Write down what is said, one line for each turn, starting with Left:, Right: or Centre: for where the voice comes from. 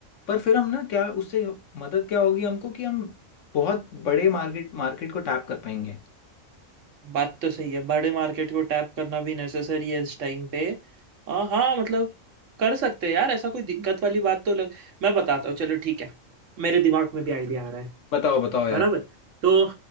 Left: पर फिर हम ना क्या उससे मदद क्या होगी हमको कि हम बहुत बड़े मार्केट मार्केट को टैप कर पाएंगे
Right: बात तो सही है बड़े मार्केट को टैप करना भी नेसेसरी है इस टाइम पे आ, हाँ मतलब कर सकते हैं यार ऐसा कोई दिक्कत वाली बात तो लग मैं बताता हूँ चलो ठीक है मेरे दिमाग में भी आइडिया आ रहा है
Left: बताओ बताओ यार
Right: बराबर तो